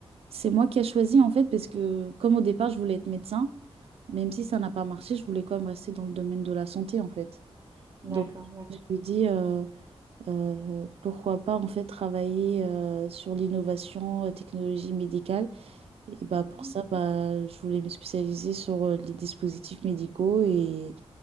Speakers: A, on the right; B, on the right.
A: C'est moi qui ai choisi, en fait, parce que comme au départ, je voulais être médecin, même si ça n'a pas marché, je voulais quand même rester dans le domaine de la santé, en fait. Donc,
B: d'accord ouais
A: je me suis dit, euh, euh, pourquoi pas, en fait, travailler euh, sur l'innovation, euh, technologie médicale. Et bah
B: Mhm.
A: pour ça, bah, je voulais me spécialiser sur euh, les dispositifs médicaux et,